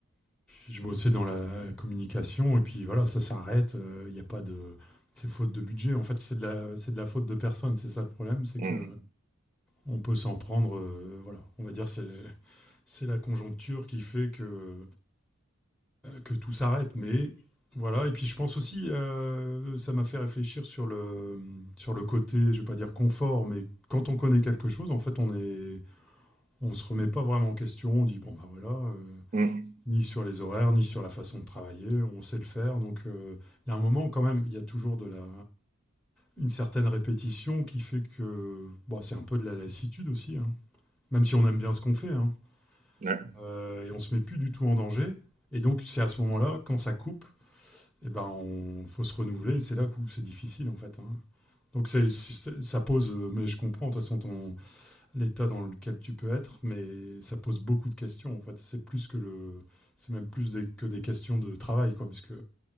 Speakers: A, in the centre; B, on the right (about 35°).
A: je bossais dans la communication, et puis voilà, ça s'arrête. Il n'y a pas de. C'est faute de budget. En fait, c'est de la, c'est de la faute de personne. C'est ça le problème, c'est que
B: Hmm,
A: on peut s'en prendre. euh, voilà, on va dire c'est c'est la conjoncture qui fait que que tout s'arrête, mais voilà. Et puis je pense aussi, euh, ça m'a fait réfléchir sur le, sur le côté, je vais pas dire confort, mais quand on connaît quelque chose, en fait, on est, on se remet pas vraiment en question. On dit bon bah voilà, euh,
B: hmm,
A: ni sur les horaires, ni sur la façon de travailler, on sait le faire. Donc euh, il y a un moment quand même, il y a toujours de la, une certaine répétition qui fait que, bon, c'est un peu de la lassitude aussi. hein. Même si on aime bien ce qu'on fait, hein.
B: ouais.
A: Euh, et on se met plus du tout en danger. Et donc c'est à ce moment-là, quand ça coupe, eh ben, on faut se renouveler. C'est là où c'est difficile, en fait. hein. Donc, c'est, c'est- ça pose, euh, mais je comprends, de toute façon, ton, l'état dans lequel tu peux être, mais ça pose beaucoup de questions, en fait. C'est plus que le. C'est même plus des- que des questions de travail, quoi, puisque